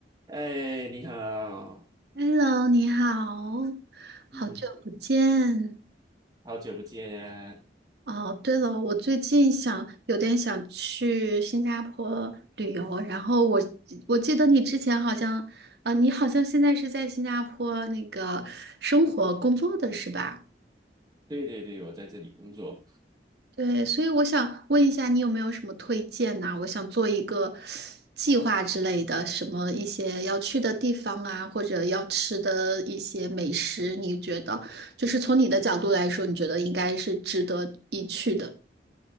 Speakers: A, on the right; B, on the right.
A: 哎，你好，
B: Hello，你好，好久不见。
A: 嗯，好久不见啊！
B: 哦，对了，我最近想有点想去新加坡旅游，然后我我记得你之前好像，啊，你好像现在是在新加坡那个生活工作的是吧？
A: 对对对，我在这里工作。
B: 对，所以我想问一下，你有没有什么推荐呐、我想做一个计划之类的，什么一些要去的地方啊，或者要吃的一些美食，你觉得就是从你的角度来说，你觉得应该是值得一去的？